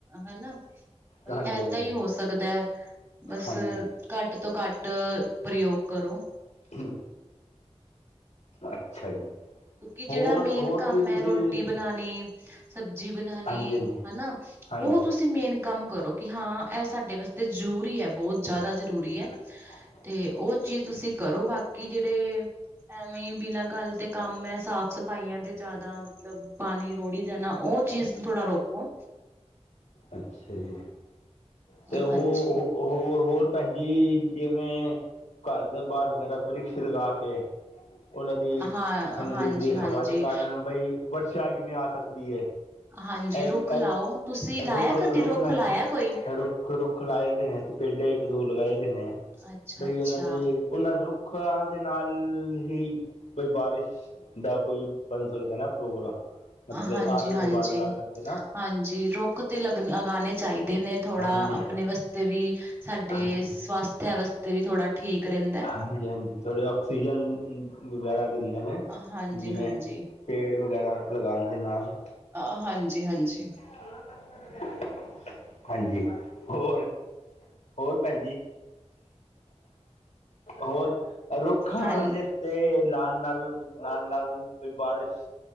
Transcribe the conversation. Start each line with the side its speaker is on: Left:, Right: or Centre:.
Right: ਹਨਾ, ਬਈ
Left: ਹਾਂਜੀ
Right: ਏਦਾਂ
Left: ਹਾਂਜੀ
Right: ਹੀ ਹੋ ਸਕਦਾ, ਬਸ
Left: ਹਾਂਜੀ
Right: ਘੱਟ ਤੋਂ ਘੱਟ ਪ੍ਰਯੋਗ ਕਰੋ
Left: ਹਮ ਅੱਛਾ ਜੀ
Right: ਕਿਉਂਕਿ
Left: ਹੋਰ
Right: ਜਿਹੜਾ ਮੇਨ
Left: ਹੋਰ
Right: ਕੰਮ
Left: ਕੀ
Right: ਹੈ
Left: ਤੁਸੀਂ
Right: ਰੋਟੀ ਬਣਾਉਣੀ, ਸਬਜ਼ੀ ਬਣਾਉਣੀ
Left: ਹਾਂਜੀ ਹਾਂਜੀ
Right: ਹਨਾ
Left: ਹਾਂਜੀ
Right: ਉਹ ਤੁਸੀਂ ਮੇਨ ਕੰਮ ਕਰੋ ਕਿ ਹਾਂ ਇਹ ਸਾਡੇ ਵਾਸਤੇ ਜ਼ਰੂਰੀ ਹੈ ਬਹੁਤ ਜ਼ਿਆਦਾ ਜ਼ਰੂਰੀ ਹੈ।
Left: ਹਾਂਜੀ।
Right: ਤੇ ਉਹ ਚੀਜ਼ ਤੁਸੀਂ ਕਰੋ ਬਾਕੀ ਜਿਹੜੇ ਐਵੇਂ ਹੀ ਬਿਨਾਂ ਗੱਲ ਤੇ ਕੰਮ ਹੈ ਸਾਫ਼ ਸਫਾਈਆਂ ਦੇ ਜ਼ਿਆਦਾ ਮਤਲਬ ਪਾਣੀ ਰੋੜੀ ਜਾਣਾ, ਉਹ ਚੀਜ਼ ਥੋੜਾ ਰੋਕੋ।
Left: ਅੱਛਾ ਜੀ, ਤੇ ਉਹ-ਉਹ
Right: ਹਾਂਜੀ
Left: ਉਹ ਹੋਰ ਭੈਣ ਜੀ, ਜਿਵੇਂ ਘਰ ਦੇ ਬਾਹਰ ਵਗੈਰਾ ਵ੍ਰਿਸ਼ ਲਗਾ ਕੇ। ਉਹਨਾਂ ਦੀ
Right: ਹਾਂ
Left: ਠੰਡੀ
Right: ਹਾਂਜੀ
Left: ਦੀ
Right: ਹਾਂਜੀ
Left: ਹਵਾ ਦੇ ਕਾਰਨ ਬਈ ਵਰਸ਼ਾ ਜਿਵੇਂ ਆ ਸਕਦੀ ਹੈ।
Right: ਹਾਂਜੀ
Left: ਇਹ-ਇਹ
Right: ਰੁੱਖ ਲਾਓ ਤੁਸੀਂ ਲਾਇਆ
Left: ਰੁੱਖ-ਰੁੱਖ
Right: ਕਦੀ ਰੁੱਖ
Left: ਲਾਇਆ
Right: ਕੋਈ
Left: ਰੁੱਖ ਰੁੱਖ ਲਾਏ ਦੇਣੇ ਅਸੀਂ ਪੇਡੇ ਇੱਕ-ਦੋ ਲਗਾਏ ਦੇ ਨੇ,
Right: ਅੱਛਾ
Left: ਬਈ
Right: ਅੱਛਾ
Left: ਉਹਨਾਂ ਦੇ ਉਹਨਾਂ ਰੁੱਖਾ ਦੇ ਨਾਲ ਹੀ ਬਈ ਬਾਰਿਸ਼ ਦਾ ਕੋਈ ਬਣ ਸਕਦਾ ਨਾ ਪ੍ਰੋਗਰਾਮ ਮਤਲਬ
Right: ਹਾਂਜੀ
Left: ਆ ਸਕਦੇ
Right: ਹਾਂਜੀ
Left: ਬਾਦਲ ਆ ਸਕਦੇ ਨਾ।
Right: ਹਾਂਜੀ ਰੁੱਖ ਤੇ ਲਗ ਲਗਾਉਣੇ ਚਾਹੀਦੇ ਨੇ ਥੋੜਾ
Left: ਹਾਂਜੀ
Right: ਆਪਣੇ ਵਸਤ ਤੇ ਵੀ ਸਾਡੇ
Left: ਹਾਂਜੀ
Right: ਸਵਾਸਥਿਆ ਵਾਸਤੇ ਵੀ ਥੋੜਾ ਠੀਕ ਰਹਿੰਦਾ।
Left: ਹਾਂਜੀ-ਹਾਂਜੀ, ਥੋੜੀ ਆਕਸੀਜਨ ਵਗੈਰਾ ਦਿੰਦੇ ਨੇ
Right: ਹਾਂਜੀ
Left: ਜਿਵੇਂ
Right: ਹਾਂਜੀ ਹਾਂਜੀ
Left: ਪੇੜ ਵਗੈਰਾ ਲਗਾਉਣ ਦੇ ਨਾਲ।
Right: ਆ ਹਾਂਜੀ-ਹਾਂਜੀ।
Left: ਥੋੜਾ <unintelligible> ਹਾਂਜੀ ਹੋਰ-ਹੋਰ ਭੈਣ ਜੀ। ਹੋਰ, ਰੁੱਖਾਂ
Right: ਹਾਂ
Left: ਦੇ ਉਤੇ ਲਾਣ ਨਾਲ ਨਾਲ-ਨਾਲ ਬਈ ਬਾਰਿਸ਼